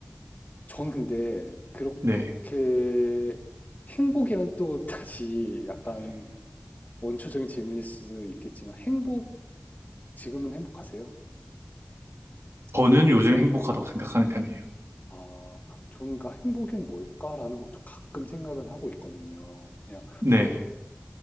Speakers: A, on the left; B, on the right.
A: 전 근데 그렇게
B: 네.
A: 행복이란 또 다시 약간 원초적인 질문일 수도 있겠지만, 행복, 지금은 행복하세요?
B: 저는 요즘 행복하다고 생각하는 편이에요.
A: 아, 저는 그러니까 '행복이 뭘까?'라는 것도 가끔 생각은 하고 있거든요. 그냥
B: 네.